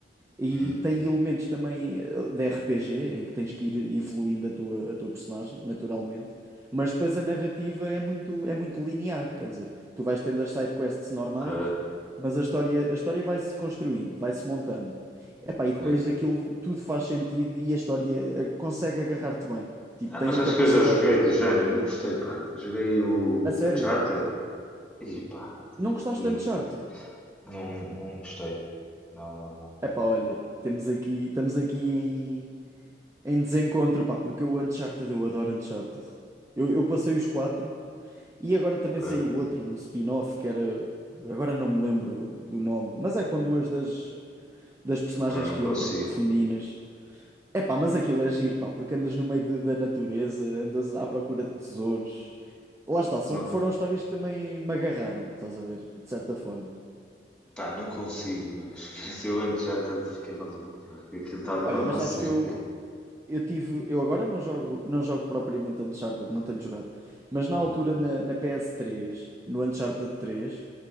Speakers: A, on the right; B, in the centre.
A: E
B: Hum,
A: tem elementos também eh, de RPG, em que tens que ir evoluindo a tua, a tua personagem, naturalmente. Mas depois a narrativa é muito, é muito linear, quer dizer, tu vais tendo as side quests normais,
B: ok.
A: mas a história, a história vai-se construindo, vai-se montando. Epá,
B: Ok.
A: e depois aquilo tudo faz sentido e a história eh, consegue agarrar-te bem. Tipo,
B: Ah,
A: tem
B: mas
A: a
B: acho
A: capacidade.
B: que eu já joguei do género, não gostei, pá. Joguei o
A: A sério,
B: Uncharted. E pá,
A: não
B: eu-
A: gostaste
B: eu
A: tanto
B: não,
A: de Uncharted?
B: não gostei. Não, não, não.
A: Epá, olha, temos aqui, estamos aqui em Em desencontro, pá, porque o Uncharted, eu adoro Uncharted. Eu, eu passei os quatro e agora também
B: Ok.
A: saiu outro, um spin-off que era. Agora não me lembro do nome, mas é com duas das, das personagens
B: pá não
A: que
B: consigo.
A: entram, femininas. É pá, mas aquilo é giro, pá, porque andas no meio de- da natureza, andas à procura de tesouros. Lá está,
B: Não,
A: são- foram histórias que também me agarraram, estás a ver, de certa forma.
B: pá, não consigo, meu. <laughs> Esqueci o Uncharted, fiquei maluco, pá. que Aquilo estava
A: Olha,
B: a dar uma
A: mas sabes
B: seca.
A: que eu, eu tive. Eu agora não jogo, não jogo propriamente Uncharted, não tenho jogado. Mas na
B: Hum,
A: altura na, na PS3, no Uncharted três,